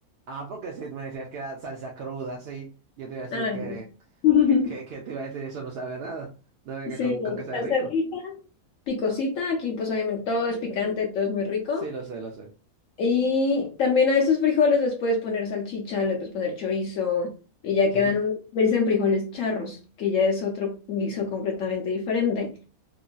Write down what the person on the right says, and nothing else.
Ah, porque si me decías que era salsa cruda, sí, yo te iba a decir
que,
que, que, que te iba a decir eso no sabe a nada. No venga
con, con que sea
rico.
Sí, lo sé, lo sé.
¿Qué?